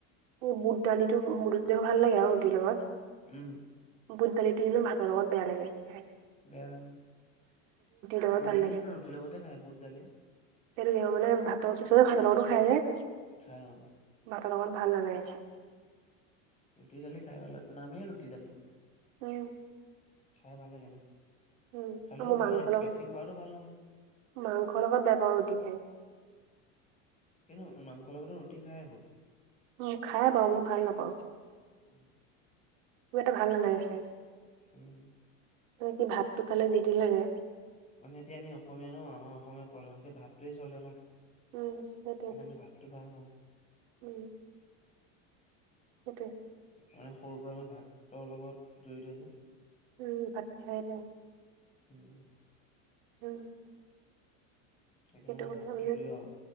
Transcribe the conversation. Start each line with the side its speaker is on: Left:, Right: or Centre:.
Right: অ বুট দালিটো ৰুটি দে ভাল লাগে আৰু ৰুটিৰ লগত।
Left: উম'
Right: বুট দালিটো কিন্তু ভাতৰ লগত বেয়া লাগে খায়।
Left: বেয়া না।
Right: লগত
Left: বুট
Right: ভাল
Left: দালি
Right: লাগে
Left: নো ৰুটিৰ লগতে খাই বুট দালি।
Right: সেইটো মানে ভাতৰ পিছতে ভাত লগ লগতো খাই যে।
Left: খায় অঁ।
Right: ভাতৰ লগত ভাল নালাগে খাই।
Left: ৰুটি দালি খাই ভাল লাগে নামেই ৰুটি দালি।
Right: উম'
Left: খাই ভাল লাগে ন'
Right: উম
Left: খালেও
Right: মোৰ
Left: ভাল
Right: মাংস লগত
Left: বেছি খোৱাটো ভাল নহয়।
Right: মাংসৰ লগত বেয়া পাওঁ ৰুটি খায়।
Left: কিন্তু, মাংসৰ লগতো ৰুটি খাই আকৌ।
Right: উম খাই বাৰু মই ভাল নাপাওঁ।
Left: উম'
Right: কিবা এটা ভাল নালাগে খাই।
Left: উম'
Right: মানে কি ভাতটো পালে যি টি লাগে।
Left: মানে এতিয়া আমি অসমীয়া ন আমাৰ অসমীয়া প্ৰধানকে ভাতটোৱে চলে ন।
Right: উম সেইটোৱে
Left: কিন্তু, আমি ভাতটো ভাল পাওঁ।
Right: উম' সেটোৱেই।
Left: মানে সৰুৰ পৰা আমি ভাতৰ লগত জড়িত যে।
Right: উম' ভাত খাই এটাই-
Left: উম'
Right: উম'।
Left: সেইকাৰণে
Right: সেটো
Left: আমাৰ
Right: কথা
Left: ভাতটো
Right: আমিও
Left: প্ৰিয় আৰু